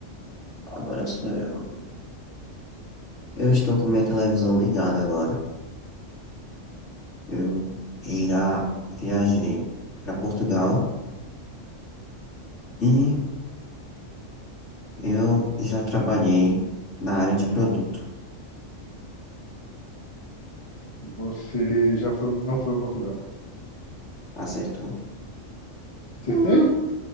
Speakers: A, on the left (about 65°); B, on the left (about 25°).
A: Agora sou eu. Eu estou com minha televisão ligada agora. Eu já viajei para Portugal e eu já trabalhei na área de produto.
B: Você já foi, não foi para Portugal.
A: Acertou.
B: Acertei?
A: Hum.